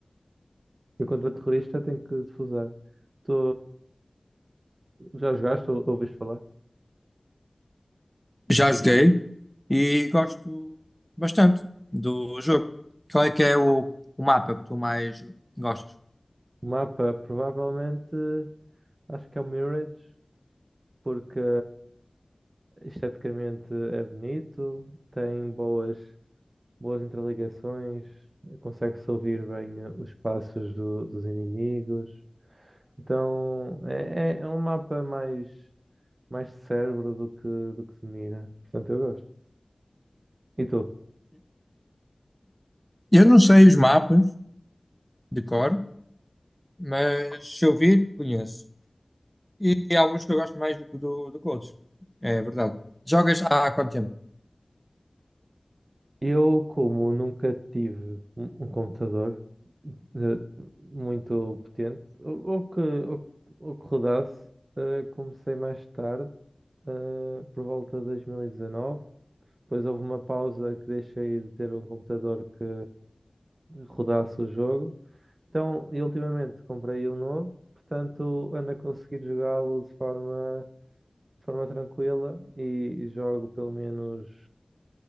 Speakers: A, on the right (about 65°); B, in the centre.
A: e o contra terrorista tem que defusar. Tu já jogaste ou ouviste falar?
B: Já joguei e gosto bastante do jogo. Qual é que é o, o mapa que tu mais gostas?
A: O mapa provavelmente acho que é o Mirage, porque esteticamente é bonito, tem boas, boas interligações, consegue-se ouvir bem eh, os passos do- dos inimigos. Então é, é, é um mapa mais, mais cérebro do que, do que se mira. Portanto, eu gosto. E tu?
B: Eu não sei os mapas de cor, mas se eu vir, conheço. E há alguns que eu gosto mais do que do, do que outros. É verdade. Jogas há quanto tempo?
A: Eu, como nunca tive um, um computador eh, muito potente, ou, ou que, ou, ou que rodasse, eh, comecei mais tarde, eh, por volta de 2019. Depois houve uma pausa que deixei de ter um computador que rodasse o jogo. Então, e ultimamente comprei um novo, portanto, ando a conseguir jogá-lo de forma de forma tranquila e jogo pelo menos